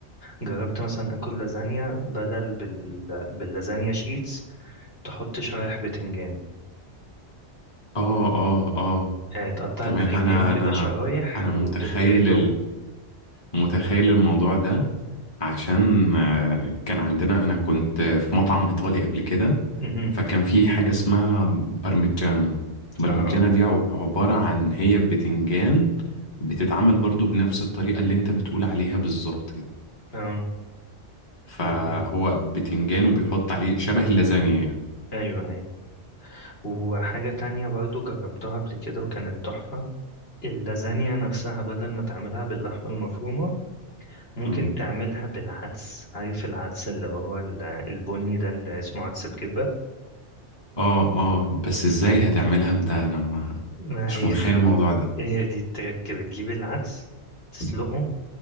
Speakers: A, on the left; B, on the left.
A: جربت مثلا آكل لازانيا بدل بال... باللازانيا شيتس تحط شرايح بتنجان
B: اه اه اه
A: يعني تقطع
B: تمام
A: البتنجان
B: انا
A: كده
B: انا
A: شرايح
B: انا متخيل
A: وتفرده
B: متخيل الموضوع ده عشان آه، كان عندنا انا كنت في مطعم ايطالي قبل كده
A: <laughs>
B: فكان في حاجة اسمها برمجانا برمجانا
A: اه اه
B: دي عب- عبارة عن هي بتنجان بتتعمل برضو بنفس الطريقة اللي انت بتقول عليها بالظبط كده
A: اه
B: فهو
A: و...
B: بتنجان وبيحط عليه شبه اللازانيا يعني
A: ايوه ايوه وحاجة تانية برضو جربتها قبل كده وكانت تحفة اللازانيا نفسها بدل ما تعملها باللحمة المفرومة ممكن
B: مم.
A: تعملها بالعدس عارف العدس اللي هو ال- البني ده اللي اسمه عدس بجبة
B: اه اه بس ازاي هتعملها ده انا ما
A: ما
B: مش
A: هي
B: متخيل
A: دي
B: الموضوع ده
A: هي دي التركة بتجيب العدس تسلقه